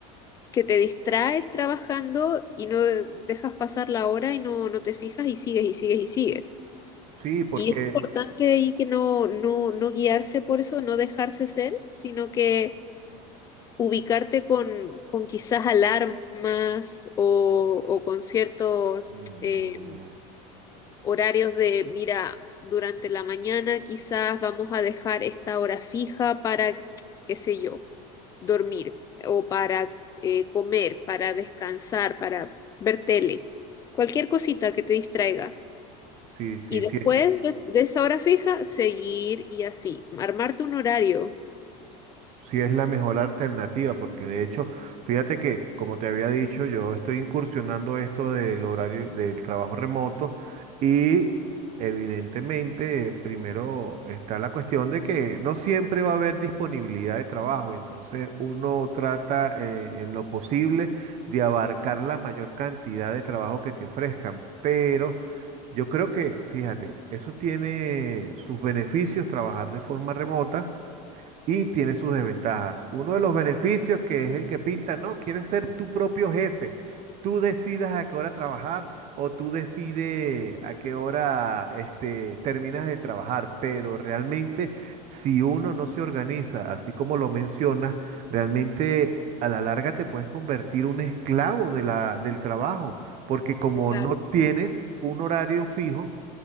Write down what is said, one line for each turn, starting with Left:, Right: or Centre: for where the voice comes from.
Left: que te distraes trabajando y no dejas pasar la hora y no, no te fijas y sigues y sigues y sigues.
Right: Sí, porque
Left: Y es importante ahí que no, no, no guiarse por eso, no dejarse ser, sino que ubicarte con, con quizás alarmas o, o con ciertos
Right: mm,
Left: eh, horarios de, mira, durante la mañana quizás vamos a dejar esta hora fija para, qué sé yo dormir o para eh, comer, para descansar, para ver tele, cualquier cosita que te distraiga.
Right: sí, sí,
Left: Y después
Right: sí.
Left: de, de esa hora fija, seguir y así, armarte un horario.
Right: Sí, es la mejor alternativa, porque de hecho, fíjate que, como te había dicho, yo estoy incursionando esto del horario del trabajo remoto y evidentemente, primero está la cuestión de que no siempre va a haber disponibilidad de trabajo, entonces uno trata eh, en lo posible de abarcar la mayor cantidad de trabajo que te ofrezcan, pero yo creo que, fíjate, eso tiene sus beneficios trabajar de forma remota. Y tiene sus desventajas. Uno de los beneficios que es el que pinta, no, quieres ser tu propio jefe. Tú decidas a qué hora trabajar o tú decides a qué hora este, terminas de trabajar. Pero realmente, si uno no se organiza, así como lo mencionas, realmente a la larga te puedes convertir un esclavo de la, del trabajo. Porque como
Left: Claro,
Right: no tienes un horario fijo,